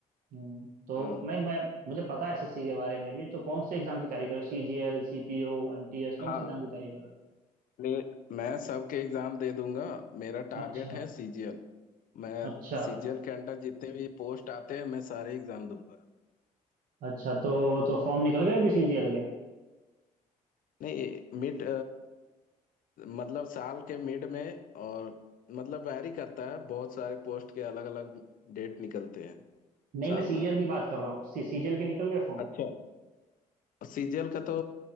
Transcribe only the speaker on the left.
हाँ
हाँ
मैं मैं सबके एग्जाम दे दूंगा मेरा टारगेट
है सीजीएल मैं
सीजीएल के अंडर जितने भी पोस्ट आते हैं मैं सारे एग्जाम दूंगा
नहीं मिड मतलब साल के मिड में और मतलब वैरी करता है बहुत सारे पोस्ट के अलग अलग डेट निकलते हैं
साल
भर
अच्छा सीजीएल का तो